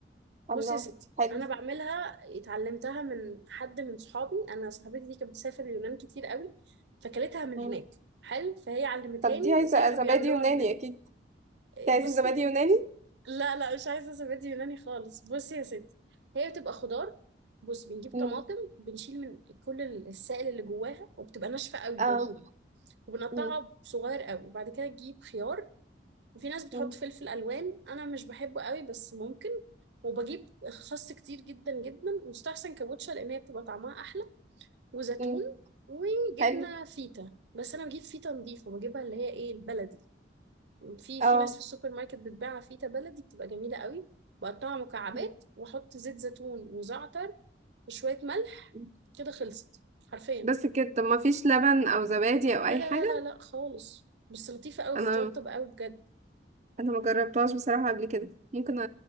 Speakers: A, on the right; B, on the right.
A: بصي
B: الله
A: يا ستي
B: حلو
A: انا بعملها اتعلمتها من حد من صحابي انا صاحبتي دي كانت بتسافر اليونان كتير قوي فكلتها من
B: مم.
A: هناك حلو فهي علمتهاني
B: طب دي عايزة
A: زي ما
B: زبادي
A: بيعملوها
B: يوناني
A: هناك
B: اكيد دي عايزة
A: بصي
B: زبادي يوناني
A: لا لا مش عايزه سبات يوناني خالص بصي يا ستي هي بتبقى خضار بص بنجيب
B: مم.
A: طماطم بنشيل من كل السائل اللي جواها وبتبقى ناشفه قوي
B: اه
A: ضروري وبنقطعها
B: مم.
A: صغير قوي وبعد كده تجيب خيار وفي ناس بتحط
B: مم.
A: فلفل الوان انا مش بحبه قوي بس ممكن وبجيب خس كتير جدا جدا مستحسن كابوتشا لان هي بتبقى طعمها احلى وزيتون
B: مم.
A: وجبنه
B: حلو
A: فيتا بس انا بجيب فيتا نظيفه بجيبها اللي هي ايه البلدي في في
B: اه
A: ناس في السوبر ماركت بتباع فيتا بلدي بتبقى جميله قوي بقطعها مكعبات
B: مم.
A: واحط زيت زيتون وزعتر وشويه ملح
B: مم.
A: كده خلصت حرفيا
B: بس كده طب ما فيش لبن او زبادي
A: لا
B: او اي
A: لا
B: حاجة
A: لا لا لا خالص بس لطيفه قوي
B: انا
A: بترطب قوي بجد
B: انا ما جربتهاش بصراحة قبل كده ممكن أ-